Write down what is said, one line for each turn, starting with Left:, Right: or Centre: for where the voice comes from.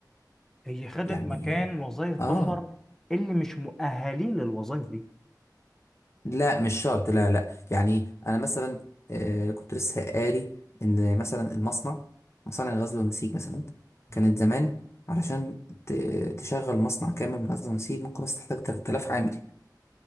Centre: هي خدت
Left: يعني
Centre: مكان وظائف
Left: اه
Centre: بشر اللي مش مؤهلين للوظائف دي
Left: لا مش شرط لا لا يعني انا مثلا آه كنت لسه قاري ان مثلا المصنع مصانع الغزل والنسيج مثلا
Centre: مم.
Left: كانت زمان علشان ت- تشغل مصنع كامل من غزل ونسيج ممكن بس تحتاج 3000 عامل